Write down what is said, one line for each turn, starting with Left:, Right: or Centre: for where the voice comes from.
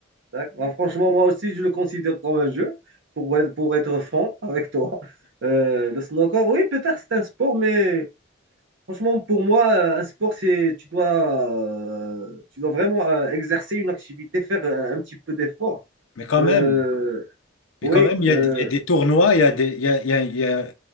Right: d'accord. Moi, franchement, moi aussi, je le considère comme un jeu, pour être, pour être franc avec toi. Euh, le snooker, oui, peut-être c'est un sport, mais Franchement, pour moi, euh, un sport, c'est tu dois, euh, tu dois vraiment euh, exercer une activité, faire euh, un petit peu d'effort.
Left: Mais quand
Right: Euh,
Left: même, mais
Right: oui,
Left: quand même, il y
Right: euh,
Left: a, des il y a des tournois, il y a des, il y a- il y a- il y a-